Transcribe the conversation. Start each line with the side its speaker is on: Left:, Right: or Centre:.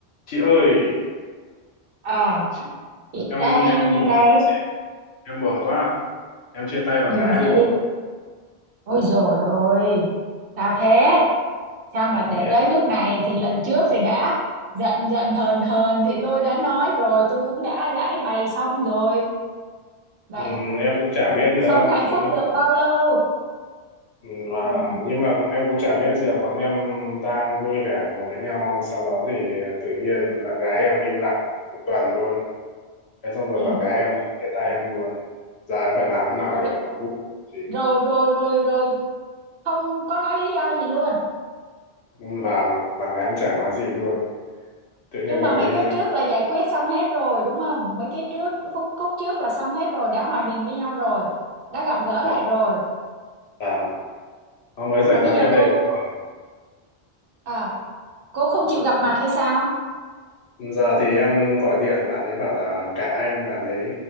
Left: chị ơi
Right: À,
Left: chị,
Right: chị
Left: em
Right: đây,
Left: em
Right: nghe
Left: buồn
Right: đây.
Left: quá chị ạ em buồn quá em chia tay bạn gái
Right: Vụ
Left: em
Right: gì?
Left: rồi
Right: Ôi dồi ôi, sao thế? Sao mà để
Left: thì
Right: tới
Left: em,
Right: nước này thì lần trước thì đã giận giận hờn hờn thì tôi đã nói rồi, tôi cũng đã giải bày xong rồi. Vậy
Left: ừm, em cũng chả biết nữa
Right: không hạnh
Left: tự
Right: phúc
Left: nhiên
Right: được bao lâu.
Left: Ừm, và
Right: Ừ,
Left: nhưng mà em cũng chả biết chị ạ bọn em đang vui vẻ cùng với nhau sau đó thì tự nhiên bạn gái em im lặng một tuần luôn thế xong rồi
Right: ừ.
Left: bạn gái em nói chia tay em luôn giờ em phải làm thế nào
Right: Rồi,
Left: để nó vui chị
Right: rồi, rồi, rồi, rồi, không có nói lý do gì luôn.
Left: Ừm, và bạn gái em chả nói gì luôn tự nhiên
Right: Nhưng
Left: bạn
Right: mà mấy
Left: ấy im
Right: cái
Left: lặng
Right: trước là giải quyết xong hết rồi, đúng không? Mấy cái trước, khúc, khúc trước là xong hết rồi, đã hòa bình với nhau rồi, đã gặp gỡ
Left: Thật
Right: lại rồi.
Left: là nó mới xảy
Right: Mà
Left: ra
Right: bây giờ
Left: cách đây
Right: cô,
Left: có một
Right: cô...
Left: tuần
Right: À, cô không chịu gặp mặt hay sao
Left: giờ thì em gọi điện bạn ấy bảo là cả anh bạn ấy